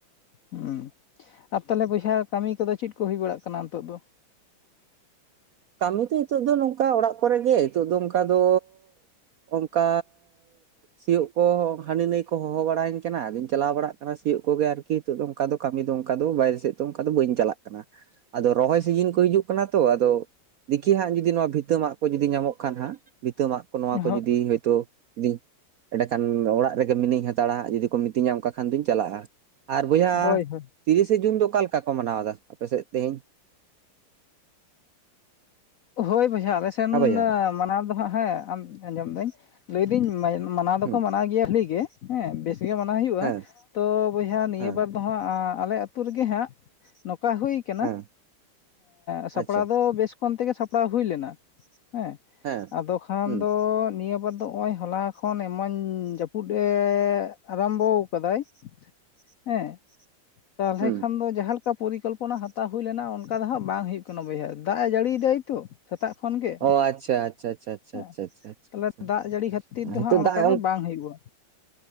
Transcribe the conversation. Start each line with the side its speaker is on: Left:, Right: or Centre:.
Left: ᱦᱩᱸ ᱟᱨ ᱛᱟᱦᱚᱞᱮ ᱵᱚᱭᱦᱟ ᱠᱟᱹᱢᱤ ᱠᱚᱫᱚ ᱪᱮᱫ ᱠᱚ ᱦᱩᱭ ᱵᱟᱲᱟᱜ ᱠᱟᱱᱟ ᱱᱤᱛᱚᱜ ᱫᱚ।
Right: ᱠᱟᱹᱢᱤ ᱫᱚ ᱱᱤᱛᱚᱜ ᱫᱚ ᱱᱚᱝᱠᱟ ᱚᱲᱟᱜ ᱠᱚᱨᱮ ᱜᱮ ᱱᱤᱛᱚᱜ ᱫᱚ ᱚᱱᱠᱟ ᱫᱚᱼᱼ ᱚᱱᱠᱟᱼᱼ ᱥᱤᱭᱳᱜ ᱠᱚ ᱦᱟᱱᱤ ᱱᱟᱹᱭ ᱠᱚ ᱦᱚᱦᱚ ᱵᱟᱲᱟ ᱟᱹᱧ ᱠᱟᱱᱟ ᱟᱫᱚᱧ ᱪᱟᱞᱟᱣ ᱵᱟᱲᱟᱜ ᱠᱟᱱᱟ ᱥᱤᱭᱳᱜ ᱠᱚᱜᱮ ᱟᱨᱠᱤ। ᱱᱤᱛᱚᱜ ᱫᱚ ᱚᱱᱠᱟ ᱫᱚ ᱠᱟᱹᱢᱤ ᱫᱚ ᱚᱱᱠᱟ ᱫᱚ ᱵᱟᱭᱨᱮ ᱥᱮᱫ ᱫᱚ ᱚᱱᱠᱟ ᱫᱚ ᱵᱟᱹᱧ ᱪᱟᱞᱟᱜ ᱠᱟᱱᱟ। ᱟᱫᱚ ᱨᱚᱦᱚᱭ ᱥᱤᱡᱤᱱ ᱠᱚ ᱦᱤᱡᱩᱜ ᱠᱟᱱᱟ ᱛᱚ ᱟᱫᱚᱼᱼ ᱫᱤᱠᱤ ᱦᱟᱸᱜ ᱡᱩᱫᱤ ᱱᱚᱣᱟ ᱵᱷᱤᱛᱟᱹᱢᱟᱜ ᱠᱚ ᱡᱩᱫᱤ ᱧᱟᱢᱚᱜ ᱠᱷᱟᱱ ᱦᱟᱸᱜ ᱵᱷᱤᱛᱟᱹᱢᱟᱜ ᱠᱚ ᱱᱚᱣᱟ ᱠᱚ
Left: ᱦᱳ
Right: ᱡᱩᱫᱤ ᱦᱚᱭᱛᱳᱼᱼ ᱡᱩᱫᱤ ᱮᱸᱰᱮᱠᱷᱟᱱ ᱚᱲᱟᱜ ᱨᱮᱜᱮ ᱢᱤᱱᱟᱹᱧ ᱦᱟᱛᱟᱲᱟ ᱡᱩᱫᱤ ᱠᱚ ᱢᱤᱛᱟᱹᱧᱟ ᱚᱱᱠᱟ ᱠᱷᱟᱱ ᱫᱩᱧ ᱪᱟᱞᱟᱜᱼᱟ। ᱟᱨ ᱵᱚᱭᱦᱟ
Left: ᱦᱳᱭ ᱦᱳᱭ
Right: ᱛᱤᱨᱤᱥᱮ ᱡᱩᱱ ᱫᱚ ᱚᱠᱟ ᱞᱮᱠᱟ ᱠᱚ ᱢᱟᱱᱟᱣ ᱫᱟ ᱟᱯᱮᱥᱮᱫ ᱛᱮᱦᱤᱧ।
Left: ᱦᱳᱭ ᱵᱚᱭᱦᱟ ᱟᱞᱮ ᱥᱮᱱᱼᱼ
Right: ᱦᱮᱸ ᱵᱚᱭᱦᱟ
Left: ᱢᱟᱱᱟᱣ ᱫᱚ ᱦᱟᱸᱜ ᱦᱮᱸ ᱟᱸᱡᱚᱢᱫᱟᱹᱧ ᱞᱟᱹᱭᱫᱤᱧ ᱢᱟᱱᱟᱣ ᱫᱚᱠᱚ
Right: ᱦᱩᱸ
Left: ᱢᱟᱱᱟᱣ ᱜᱮᱭᱟ ᱵᱷᱟᱞᱤ ᱜᱮ। ᱦᱮᱸ ᱵᱮᱥ ᱜᱮ ᱢᱟᱱᱟᱣ ᱦᱩᱭᱩᱜᱼᱟ
Right: ᱦᱮᱸ
Left: ᱛᱚ ᱵᱚᱭᱦᱟ ᱱᱤᱭᱟᱹ
Right: ᱦᱮᱸ
Left: ᱵᱟᱨᱼᱼ ᱛᱚᱦᱟᱸᱜ ᱟᱞᱮ ᱟᱛᱳ ᱨᱮᱜᱮ ᱦᱟᱸᱜ ᱱᱚᱝᱠᱟ ᱦᱩᱭ ᱠᱟᱱᱟ
Right: ᱦᱮᱸ
Left: ᱥᱟᱯᱲᱟᱣ
Right: ᱟᱪᱪᱷᱟ
Left: ᱫᱚ ᱠᱚ ᱵᱮᱥ ᱠᱚᱱᱛᱮᱜᱮ ᱥᱟᱯᱲᱟᱣ ᱦᱩᱭ ᱞᱮᱱᱟ। ᱦᱮᱸ
Right: ᱦᱮᱸ
Left: ᱟᱫᱚ ᱠᱷᱟᱱ
Right: ᱦᱩᱸ
Left: ᱫᱚ ᱱᱤᱭᱟᱹ ᱵᱟᱨ ᱫᱚ ᱱᱚᱜᱚᱭ। ᱦᱚᱞᱟ ᱠᱷᱚᱱ ᱮᱢᱚᱱ ᱡᱟᱹᱯᱩᱫ ᱮ ᱟᱨᱟᱢᱵᱚ ᱠᱟᱫᱟᱭᱼᱼ ᱦᱮᱸ ᱛᱟᱦᱚᱞᱮ
Right: ᱦᱩᱸ
Left: ᱠᱷᱟᱱ ᱫᱚ ᱡᱟᱦᱟᱸᱞᱮᱠᱟ ᱯᱚᱨᱤᱠᱚᱞᱯᱚᱱᱟ ᱦᱟᱛᱟᱣ ᱦᱩᱭ ᱞᱮᱱᱟ ᱚᱱᱠᱟ ᱫᱚ ᱦᱟᱸᱜ ᱵᱟᱝ ᱦᱩᱭᱩᱜ ᱠᱚᱱᱳ ᱵᱚᱭᱦᱟ ᱫᱟᱜ ᱮ ᱡᱟᱹᱲᱤᱭ ᱫᱟᱭ ᱛᱚ। ᱥᱮᱛᱟᱜ ᱠᱷᱚᱱ ᱜᱮ
Right: ᱚ ᱟᱪᱪᱷᱟ ᱟᱪᱪᱷᱟ ᱟᱪᱪᱷᱟ ᱟᱪᱪᱷᱟ
Left: ᱦᱮᱸ
Right: ᱟᱪᱪᱷᱟ ᱟᱪᱪᱷᱟ
Left: ᱛᱟᱦᱚᱞᱮ
Right: ᱟᱪᱪᱷᱟ
Left: ᱫᱟᱜ ᱡᱟᱹᱲᱤ ᱠᱷᱟᱹᱛᱤᱨ ᱫᱚ
Right: ᱱᱤᱛᱚᱜ
Left: ᱦᱟᱜ ᱚᱱᱠᱟ
Right: ᱫᱟᱜ
Left: ᱫᱚ ᱵᱟᱝ ᱦᱩᱭᱩᱜᱼᱟ।